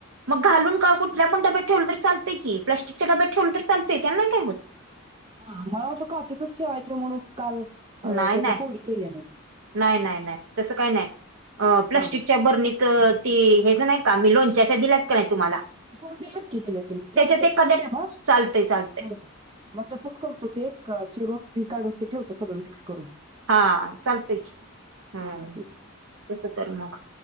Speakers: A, on the right; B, on the right.
A: मग घालून का कुठल्या पण डब्यात ठेवलं तरी चालतंय की, प्लास्टिकच्या डब्यात ठेवलं तरी चालतंय त्याला नाय काय होत.
B: हा, मला वाटलं काचेच्याचं ठेवायचं म्हणून काल अं,
A: नाय
B: त्याच्या
A: नाय,
B: फोडी केल्या नाहीत
A: नाय नाय नाय तसं काय नाय, अ प्लास्टिकच्या
B: हां, हां.
A: बरणीत त ती हेच नाही का, मी लोणच्याच्या दिल्यात का नाही तुम्हाला.
B: हो दिल्यात की दिल्या दिल्यात,
A: त्याच्यात
B: ठेवत
A: एखाद्या
B: चालतंय मग?
A: चालतंय चालतंय
B: बरबर, मग तसंच करतो ते क चिरून बी काढून ते ठेवतो सगळं मिक्स करून.
A: हा चालतंय की हम्म
B: हा तेच,
A: तसं कर मग